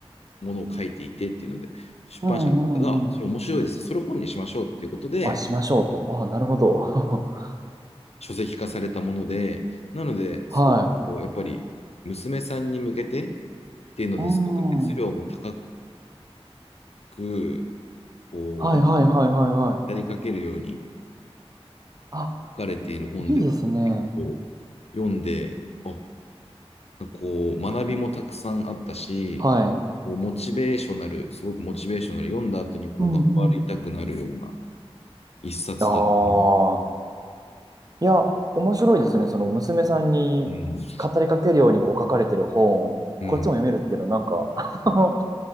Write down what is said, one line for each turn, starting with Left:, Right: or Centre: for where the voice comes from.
Left: ものを書いていてっていうので、出版社の方が、
Right: うんうんうん。
Left: あそれ面白いです。それ本にしましょうっていうことで、
Right: あ、しましょうと。あ、なるほど。<laughs>
Left: 書籍化されたもので、なので、
Right: はい。
Left: すごくこう、やっぱり、娘さんに向けてっていうのですごく熱量も高
Right: うん。
Left: く、こう、
Right: はいはいはいはいはい。
Left: なんやりかけるように
Right: あ、
Left: 書かれている本で、
Right: いいですね。
Left: 結構読んで、あ、こう、学びもたくさんあったし、
Right: はい。
Left: こうモチベーショナル、すごくモチベーショナル、読んだ後にこう頑張りたくなるような
Right: うんうん。
Left: 一冊だったな。
Right: ああ。いや、面白いですね。その娘さんに語りかけるようにこう書かれてる本を、
Left: うん、うん、
Right: こっちも読めるっていうのはなんか、あの、